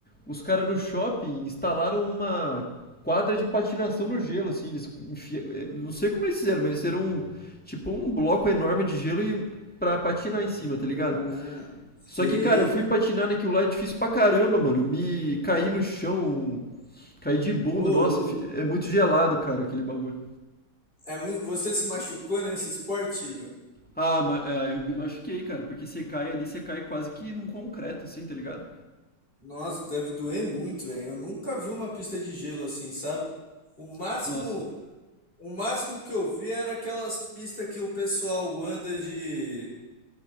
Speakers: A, in the centre; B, on the left (about 25°).
A: os caras no shopping instalaram uma quadra de patinação no gelo, assim. Eles enfia- é, não sei como eles fizeram, mas eles fizeram um, tipo um bloco enorme de gelo e, pra patinar em cima, tá ligado?
B: ah, sei.
A: Só que, cara, eu fui patinar naquilo lá, é difícil pra caramba, mano. Me caí no chão, caí de bunda.
B: Ô,
A: Nossa,
B: louco.
A: fi- é muito gelado, cara, aquele bagulho.
B: É muito, você se machucou nesse esporte, Igor?
A: Ah, mas eu me machuquei, cara, porque você cai ali, você cai quase que num concreto, assim, tá ligado?
B: Nossa, deve doer muito, velho. Eu nunca vi uma pista de gelo assim, sabe? O máximo,
A: Nossa,
B: o máximo que eu vi era aquelas pistas que o pessoal anda de,